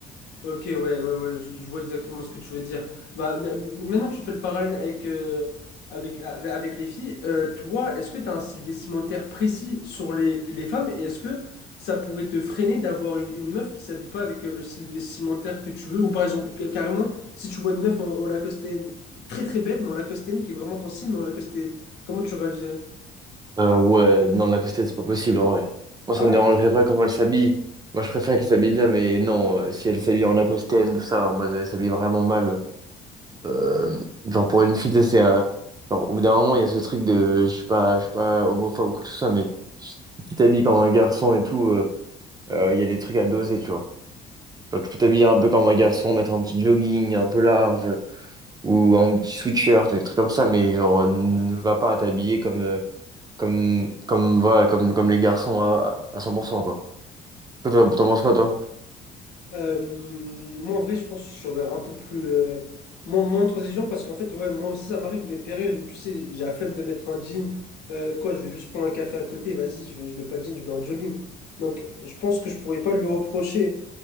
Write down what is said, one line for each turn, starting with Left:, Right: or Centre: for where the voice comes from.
Left: Ok, ouais, ouais, ouais, je, je vois exactement ce que tu veux dire. Bah, ma- maintenant que tu fais le parallèle avec, euh, avec, ave- avec les filles, euh, toi, est-ce que tu as un style vestimentaire précis sur les, les femmes et est-ce que ça pourrait te freiner d'avoir une, une meuf qui s'habille pas avec euh, le style vestimentaire que tu veux? Ou par exemple, ca- carrément, si tu vois une meuf en, en lacostéenne, très très belle, mais en lacostéenne qui est vraiment ton style, mais en lacostéenne, comment tu réagirais?
Right: Euh, ouais, non, la costette, c'est pas possible en vrai. Moi,
Left: Ah
Right: ça
Left: ouais?
Right: me dérangerait pas comment elle s'habille. Moi, je préfère qu'elle s'habille bien, mais non, euh, si elle s'habille en Lacoste, tout ça, en mode elle s'habille vraiment mal. euh, genre, pour une fille, tu sais, c'est un. Genre, au bout d'un moment, il y a ce truc de. Je suis pas, je suis pas homophobe ou quoi que ce soit, mais si tu t'habilles comme un garçon et tout, euh, euh, il y a des trucs à doser, tu vois. Genre, tu peux t'habiller un peu comme un garçon, mettre un petit jogging un peu large, ou un petit sweatshirt, des trucs comme ça, mais genre, ne va pas t'habiller comme. euh, comme, comme, voilà, comme, comme les garçons à, à 100%, quoi. Toi, T'en t'en penses quoi, toi?
Left: Euh, moi, en vrai, je pense que je serais un peu plus. euh, moins, moins transigeant parce qu'en fait, ouais, moi aussi, ça m'arrive mes périodes où, tu sais, j'ai la flemme de mettre un jean. Euh, quoi, je vais juste prendre un café à côté, vas-y, je, je mets pas de jean, je mets un jogging. Donc, je pense que je pourrais pas lui reprocher